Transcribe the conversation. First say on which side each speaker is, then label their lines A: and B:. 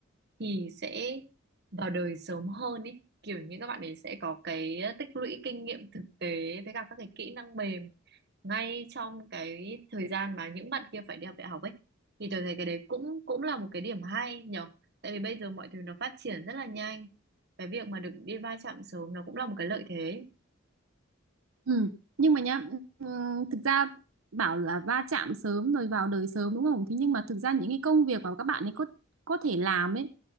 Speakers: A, on the right; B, on the right.
A: thì sẽ vào đời sớm hơn ấy kiểu như các bạn ấy sẽ có cái ờ, tích lũy kinh nghiệm thực tế với cả các cái kỹ năng mềm ngay trong cái thời gian mà những bạn kia phải đi học đại học ấy thì tôi thấy cái đấy cũng cũng là một cái điểm hay nhở tại vì bây giờ mọi thứ nó phát triển rất là nhanh cái việc mà được đi va chạm sớm nó cũng là một cái lợi thế
B: Ừ. Nhưng mà nhá, ừm, thực ra bảo là va chạm sớm rồi vào đời sớm đúng không? Thế nhưng mà thực ra những cái công việc mà các bạn ấy có có thể làm ấy